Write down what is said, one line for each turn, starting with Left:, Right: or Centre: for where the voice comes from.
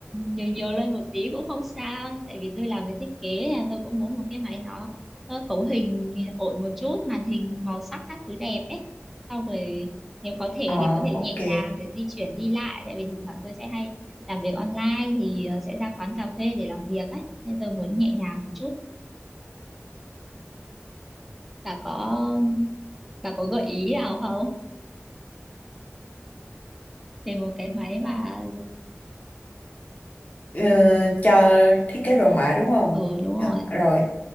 Centre: nhiều nhiều lên một tí cũng không sao tại vì tôi làm về thiết kế nha, tôi cũng muốn một cái máy nó, nó cấu hình ổn một chút màn hình màu sắc các thứ đẹp ấy sau rồi nếu có thể
Left: ờ,
Centre: thì có thể
Left: ok.
Centre: nhẹ nhàng để di chuyển đi lại tại vì thỉnh thoảng tôi sẽ hay làm việc online thì ờ, sẽ ra quán cà phê để làm việc ấy nên tôi muốn nhẹ nhàng một chút bà có bà có gợi ý nào không về một cái máy mà
Left: Ờ, cho thiết kế đồ họa đúng không?
Centre: ừ đúng rồi
Left: Dạ, Rồi,